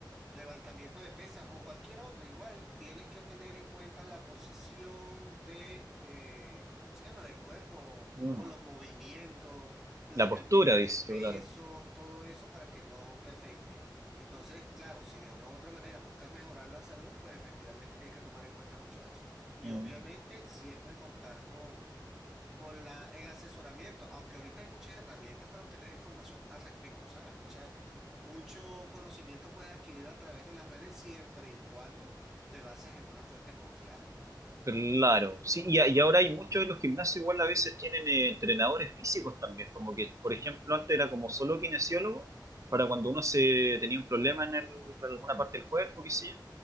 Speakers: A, in the centre; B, on the right (about 40°).
A: Levantamiento de pesas o cualquier otro, igual tienes que tener en cuenta la posición de, eh, ¿cómo se llama?, del cuerpo
B: Mm.
A: o los movimientos, la
B: La postura,
A: cantidad
B: dice,
A: de peso,
B: claro.
A: todo eso para que no te afecte. Entonces, claro, si de una u otra manera buscas mejorar la salud, pues efectivamente tienes que tomar en cuenta mucho eso. Y
B: Mm.
A: obviamente siempre contar con con la, el asesoramiento, aunque ahorita hay muchas herramientas para obtener información al respecto, ¿sabes? Mucha, mucho conocimiento puedes adquirir a través de las redes siempre y cuando te bases en unas fuentes confiables.
B: Claro, sí, y, a- y ahora hay muchos en los gimnasios, igual a veces tienen eh, entrenadores físicos también, como que, por ejemplo, antes era como solo kinesiólogo, para cuando uno se tenía un problema en, el- en alguna parte del cuerpo, qué sé yo,